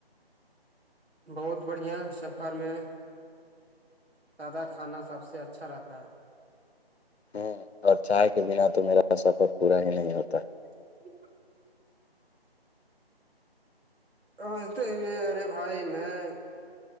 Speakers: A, on the right; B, on the left.
A: بہت بڑھیا سفر میں سادا کھانا سب سے اچھا رہتا ہے
B: ہ اور چائے کے بنا تو میرا سفر پورا ہی نہیں ہوتا
A: ج سمجھتے ہی ارے بھائی میں